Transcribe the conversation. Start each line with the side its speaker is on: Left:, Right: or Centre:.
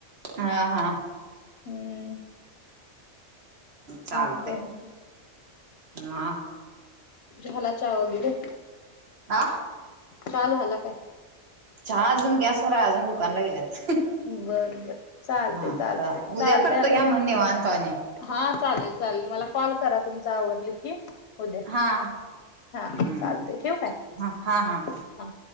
Right: हा हां.
Left: हम्म.
Right: चालतेय
Left: आणि काय म्हणते
Right: म.
Left: झाला चा वगैरे.
Right: आा.
Left: का झाला काय.
Right: चहा अजून गॅसवर आहे अजून दुकानला गेल्यात.
Left: बर बर चालते
Right: हा
Left: चालते
Right: तर
Left: चालते
Right: उद्या करतो
Left: आता
Right: घ्या
Left: काय?
Right: म्हणणे बांतवाने.
Left: हा चालेल चालेल मला कॉल करा तुमचा आवर्ली की. उद्या
Right: हा
Left: हा
Right: हम्म
Left: चालते ठीक आहे
Right: हा हा
Left: हा.